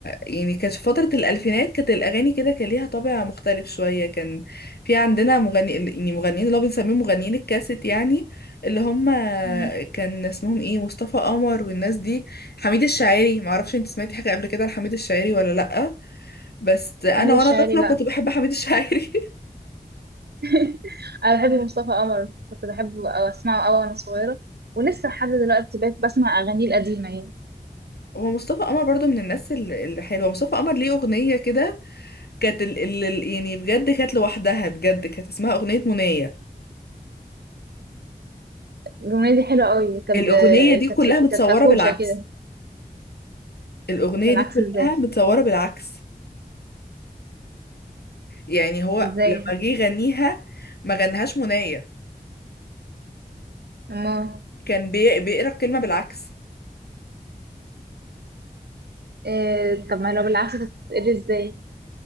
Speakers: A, on the left (about 80°); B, on the right (about 85°).
A: يعني كانت في فترة الألفينات كانت الأغاني كده كان ليها طابع مختلف شوية كان في عندنا مغني يعني مغنيين اللي هو بنسميهم مغنيين الكاسيت يعني اللي هم
B: مم.
A: كان اسمهم ايه مصطفى قمر والناس دي حميد الشاعري معرفش انت سمعتي حاجة قبل كده لحميد الشاعري ولا لأ بس أنا
B: حميد الشاعري
A: وأنا طفلة
B: لا
A: كنت بحب حميد الشاعري
B: <laughs> أنا بحب مصطفى قمر كنت بحبه أو أسمعه أوي وأنا صغيرة ولسه لحد دلوقتي بقيت بسمع أغانيه القديمة يعني
A: <laughs> هو مصطفى قمر برضو من الناس ال- الحلوة مصطفى قمر ليه أغنية كده كانت ال... ال... ال- يعني بجد كانت لوحدها بجد كانت اسمها أغنية منية
B: الأغنية دي حلوة أوي كانت
A: الأغنية
B: ب...
A: دي كلها
B: كانت في...
A: متصورة
B: كانت فرفوشة
A: بالعكس
B: كده
A: الأغنية
B: بالعكس
A: دي كلها
B: إزاي
A: متصورة بالعكس يعني هو
B: إزاي
A: لما جه يغنيها ما غنهاش منية
B: أما
A: كان بي... بيقرا الكلمة بالعكس
B: إيه... طب ما لو بالعكس تتقري إزاي